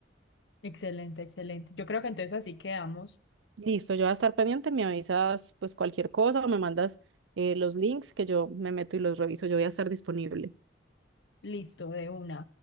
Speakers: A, on the left; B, on the right.
A: Excelente, excelente. Yo creo que entonces así quedamos
B: listo, yo voy a estar pendiente, me avisas pues cualquier cosa o me mandas eh, los links que yo me meto y los reviso. Yo voy a estar disponible.
A: listo de una.